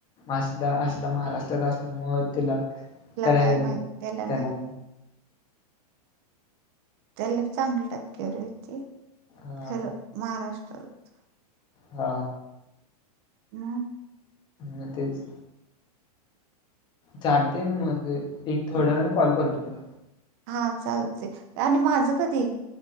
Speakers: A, on the left; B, on the right.
A: आसिधा आसिधा महाराष्ट्रात असल्यामुळं तिला त्याला
B: काय
A: ये झालं
B: माहित नाही
A: त्याला
B: त्याला लई चांगली टक्केवारी होती.
A: हा
B: खरं महाराष्ट्रात
A: हा
B: हा
A: मग तेच चालतय मग. अ एक थोड्या
B: हा
A: वेळाने कॉल करतो तुला.
B: हा चालतय. आणि माझ कधी?